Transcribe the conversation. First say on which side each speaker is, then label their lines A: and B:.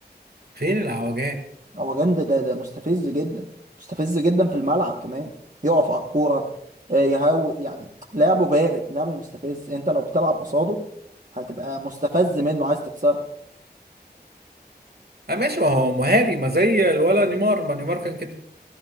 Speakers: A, on the right; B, on the right.
A: فين العوجات
B: هو جند ده ده مستفز جدا مستفز جدا في الملعب كمان يقف على الكورة آه، يهاول يعني لعبه بارد لعبه مستفز انت لو بتلعب قصاده هتبقى مستفز منه عايز تكسره
A: آه ماشي ما هو مهاري ما زي الولا نيمار ما نيمار كان كده